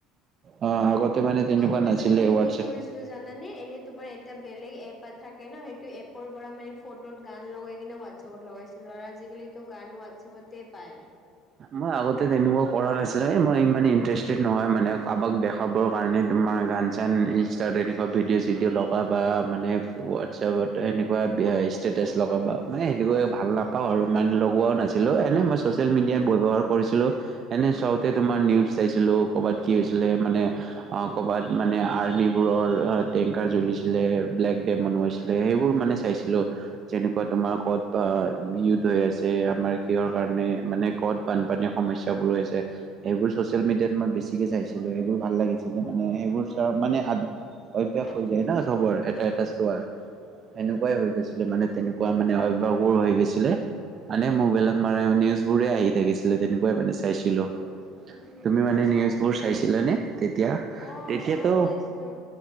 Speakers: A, on the right; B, on the left.
A: অ আগতে মানে তেনেকুৱা
B: আগতে
A: নাছিলে
B: মানে মই
A: হোৱাটছএপ
B: কি কৰিছো। জানানে এনে তোমাৰ এতিয়া বেলেগ এপ থাকে ন সেইটো এপৰ পৰা মানে ফ ফত গান লগাই কিনে হোৱাটছআপত লগাইছোঁ আৰু আজিকালিতো গান হোৱাটছএপতেই পায়।
A: মই আগতে তেনেকুৱা কৰা নাছিলো মই ইমান ইন্টাৰেষ্টেড নহয় মানে কাৰোবাক দে খাবৰ কাৰণে তোমাৰ গান চান ইনষ্টাগ এনেকুৱা ভিডিঅ' চিডিঅ' লগা বা মানে হোৱাটছএপত এনেকোৱা ষ্টেটাচ লগাবা মানে সেনেকোৱা ভাল নাপাও আৰু মানে লগোৱাও নাছিল দিলো এনে মই চচিয়েল
B: অ',
A: মিডিয়া ব্যৱহাৰ কৰিছিলো এনে চাউথ তাতে তোমাৰ নিউজ চাইছিলো ক'ৰবাত কি হৈছিলে মানে অ কৰবাত মানে আৰ্মি বৰুৱাৰ টেংকাৰ জ্বলিছিলে ব্লেক ডে মনোৱাইছি লে সেইবোৰ মানে চাইছিলো যেনেকোৱা তোমাৰ কত বা মিউত হৈ আছে আমাৰ কিহৰ কাৰণে মানে কত বানপানীৰ সমস্যাবোৰ হৈছে সেইবোৰ চচিয়েল মিডিয়াত মই বেছিকে চাইছিলো সেইবোৰ ভাল লাগিছিল
B: অ', অ',
A: মানে সেইবোৰ
B: হয়
A: চোৱাৰ মানে অভ্যাস হৈ
B: নেকি?
A: যায় ন চবৰ এটা এটা চোৱাৰ সেনেকোৱাই হৈ গৈছিলে মানে তেনেকোৱা মানে অভ্যাসবোৰ হৈ গৈছিলে আনে মোবাইলত মাৰে নিউজবোৰে আহি থাকিছিলে তেনেকোৱাই মানে চাইছিলো
B: উম,
A: তুমি
B: উম,
A: মানে
B: হয়।
A: নিউজবোৰ চাইছিলানে তেতিয়া
B: অ
A: তেতিয়াতো
B: মইয়ো চাইছিলো